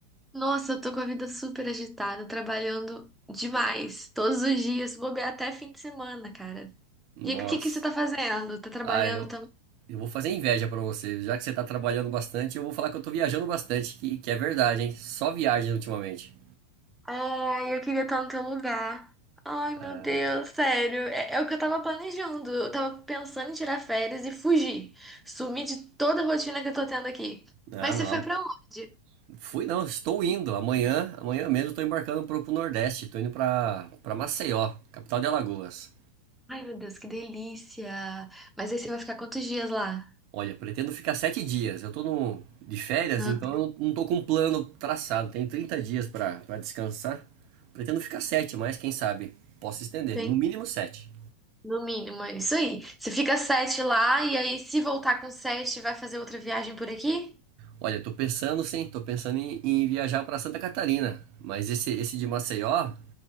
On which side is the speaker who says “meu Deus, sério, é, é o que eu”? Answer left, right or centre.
Centre